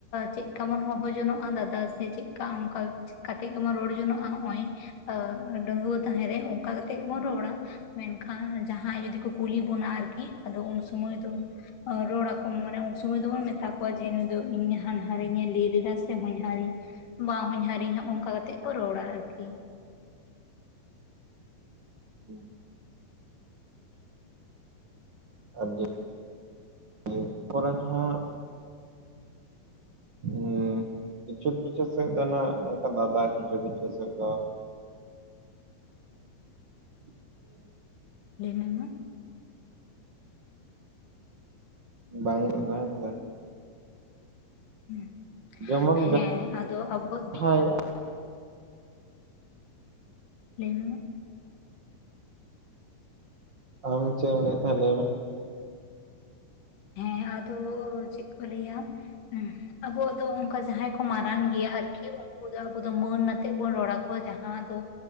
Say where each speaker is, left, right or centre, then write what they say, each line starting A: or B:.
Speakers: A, on the left; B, on the right.
A: ᱪᱮᱫᱠᱟ ᱵᱚᱱ ᱦᱚᱦᱚ ᱡᱚᱱᱚᱜᱼᱟ ᱫᱟᱫᱟ ᱥᱮ ᱪᱮᱫᱠᱟ ᱚᱱᱠᱟ ᱪᱮᱠᱟ ᱠᱟᱛᱮ ᱜᱮᱵᱚᱱ ᱨᱚᱲ ᱡᱚᱱᱚᱜᱼᱟ ᱱᱚᱜᱼᱚᱭ ᱰᱟᱹᱜᱩᱣᱟᱹ ᱛᱟᱦᱮᱸᱨᱮ ᱚᱱᱠᱟ ᱠᱟᱛᱮ ᱜᱮᱵᱚᱱ ᱨᱚᱲᱟ ᱾ ᱢᱮᱱ ᱠᱷᱟᱱ ᱡᱟᱦᱟᱸᱭ ᱡᱩᱫᱤ ᱠᱚ ᱠᱩᱞᱤ ᱵᱚᱱᱟ ᱟᱨᱠᱤ, ᱟᱫᱚ ᱩᱱᱥᱚᱢᱚᱭ ᱫᱚ ᱨᱚᱲ ᱟᱠᱚ ᱢᱟᱱᱮ ᱩᱱ ᱥᱚᱢᱚᱭ ᱫᱚᱵᱚᱱ ᱢᱮᱛᱟ ᱠᱚᱣᱟ ᱡᱮ ᱱᱩᱭ ᱫᱚ ᱤᱧ ᱦᱟᱱᱦᱟᱨᱤᱧ ᱮ ᱞᱟᱹᱭ ᱞᱮᱫᱟ ᱥᱮ ᱦᱚᱧᱦᱟᱨᱤᱧ᱾ ᱵᱟᱼᱦᱚᱧᱦᱟᱨᱤᱧ ᱦᱚᱜᱼᱚᱱᱠᱟ ᱠᱟᱛᱮ ᱠᱚ ᱨᱚᱲᱟ ᱟᱨᱠᱤ᱾
B: <unintelligible> <unintelligible> ᱤᱭᱟᱹ ᱯᱚᱨᱮ ᱦᱟᱸᱜ
A: <unintelligible>
B: ᱮᱸᱻ ᱠᱤᱪᱷᱩ ᱠᱤᱪᱷᱩ ᱥᱮᱫ ᱫᱚ ᱱᱟᱜ ᱱᱚᱝᱠᱟ ᱫᱟᱫᱟ ᱠᱤᱪᱷᱩ ᱠᱤᱪᱷᱩ ᱥᱮᱫ ᱫᱚ <unintelligible>
A: ᱞᱟᱹᱭ ᱢᱮ ᱢᱟ?
B: ᱵᱟᱝ <unintelligible>
A: ᱦᱩ
B: ᱡᱮᱢᱚᱱ
A: ᱦᱮᱸ ᱟᱫᱚ ᱟᱵᱚ
B: ᱡᱟᱦᱟᱸᱭ
A: ᱞᱟᱹᱭ ᱢᱮ ᱢᱟ?
B: ᱟᱢ ᱪᱮᱫ ᱮᱢ ᱞᱟᱹᱭᱮᱫ ᱛᱟᱦᱮᱸ ᱞᱟᱹᱭ ᱢᱮ?
A: ᱦᱮᱸ, ᱟᱫᱚ ᱪᱮᱫ ᱠᱚ ᱞᱟᱹᱭᱟ? ᱟᱵᱚᱣᱟᱜ ᱫᱚ ᱚᱱᱠᱟ ᱡᱟᱦᱟᱸᱭ ᱠᱚ ᱢᱟᱨᱟᱝ ᱜᱮᱭᱟ ᱟᱨᱠᱤ, ᱩᱱᱠᱩ ᱫᱚ ᱟᱵᱚ ᱫᱚ ᱢᱟᱹᱱ ᱟᱛᱮ ᱵᱚᱱ ᱨᱚᱲ ᱟᱠᱚᱣᱟ, ᱡᱟᱦᱟᱸ ᱫᱚ